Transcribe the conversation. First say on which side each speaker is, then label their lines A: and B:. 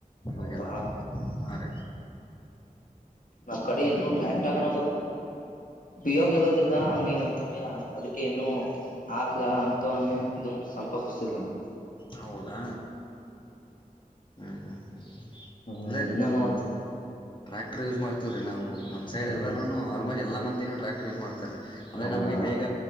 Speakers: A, on the left; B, on the left.
A: ಹೌದಾ
B: ಇಗೆಲ್ಲ ಹ ರೀ.
A: ನಮ್ಮ್ ಕಡೆ ಏನ್ನು
B: ಈಗ
A: ಟ್ರ್ಯಾಕ್ಟಗಕಣ. ಯೋಗದ ಹಂಗಿಂಗ ಅಂತ ಅದಕ್ಕೆ ಇನ್ನು ಆಕ್ ಅಂತೆ ಇದು ಸಂಪರ್ಕಿಸತಿದ ನ.
B: ಹೌದಾ. ಹ್ಮ್ ಹ್ಮ್.
A: ಹ್ಮ್
B: ಇಲ್ಲ
A: ಇದನ್ನ
B: ರೀ ನಾವು
A: ನೋಡ್ತ
B: ಟ್ರಾಕ್ಟರ್ ಯೂಸ್ ಮಾಡ್ತೀವ್ರೀ ನಾವು ನಮ್ ಸೈಡ್
A: ಹ್ಮ್
B: ಎಲ್ಲರೂನು ಆಲ್ಮೋಸ್ಟ್ ಎಲ್ಲಾ ಮಂದ ಟ್ರಾಕ್ಟರ್ ಯೂಸ್ ಮಾಡ್ತೀರಿ. ಅಂದ್ರೆ
A: ಹೌದಾ
B: ನಮಗೆ ಬೇಗ